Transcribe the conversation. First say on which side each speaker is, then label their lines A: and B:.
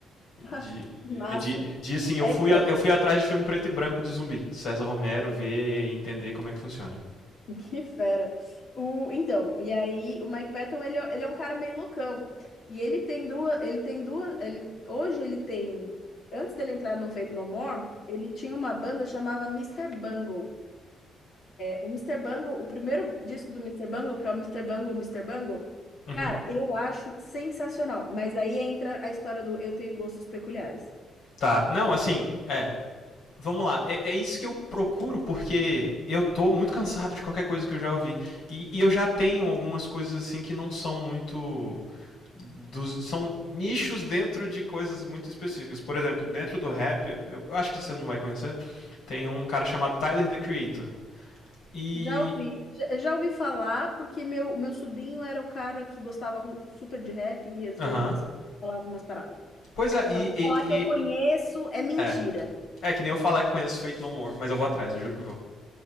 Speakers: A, on the left; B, on the left.
A: <laughs>
B: De,
A: Massa.
B: é de, de assim, eu
A: É,
B: fui,
A: então,
B: eu fui atrás de filme preto e branco de zumbi. César Romero, ver e entender como é que funciona.
A: <laughs> que fera. O, então, e aí o Mike Patton, ele, é- ele é um cara meio loucão. E ele tem duas, ele tem duas, ele, hoje ele tem, antes dele entrar no Faith No More, ele tinha uma banda chamava Mister Bungle. O Mister Bungle, o primeiro disco do Mister Bungle, que é o Mister Bungle, Mister Bungle,
B: Uhum.
A: cara, eu acho sensacional. Mas aí entra a história do eu tenho gostos peculiares.
B: Tá, não, assim, é. Vamos lá, é, é isso que eu procuro, porque eu tô muito cansado de qualquer coisa que eu já ouvi. E, e eu já tenho algumas coisas assim que não são muito. Dos, são nichos dentro de coisas muito específicas. Por exemplo, dentro do rap, eu acho que você não vai conhecer, tem um cara chamado Tyler The Creator. E.
A: Já ouvi, já, já ouvi falar, porque meu, meu sobrinho era um cara que gostava ru- super de rap e às
B: Aham.
A: vezes
B: Uhum.
A: falava umas paradas.
B: Pois é, e,
A: Mas pra
B: e-
A: falar que eu
B: e-
A: conheço é mentira.
B: É. É que nem eu falar que conheço Faith No More, mas eu vou atrás, eu juro que vou.